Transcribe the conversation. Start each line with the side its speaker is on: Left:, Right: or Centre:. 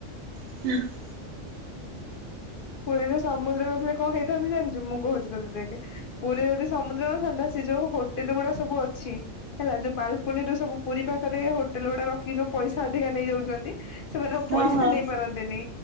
Right: <inaudible>
Left: ପୁରୀରୁ ସମୁଦ୍ର ନଥିଲେ କଣ ହେଇଥାନ୍ତ ଜାଣିଛୁ। ମୁଁ କହୁଛି ତତେ ଦେଖ। ପୁରୀ ଯଦି ସମୁଦ୍ର ଥଣ୍ଡା ସେ ଯୋଉ ହୋଟେଲ ଗୁଡା ସବୁ ଅଛି। ହେଲା ଯୋଉ ବାଲକୁନି ର ସବୁ ପୁରୀ ପାଖରେ ହୋଟେଲ ଗୁଡା ରଖି ଯଉ ପଇସା ଅଧିକା ନେଇଯାଉଛନ୍ତି। ସେମାନେ ଆଉ
Right: ହଁ
Left: ପଇସା
Right: ହଁ।
Left: ନେଇ ପାରନ୍ତିନି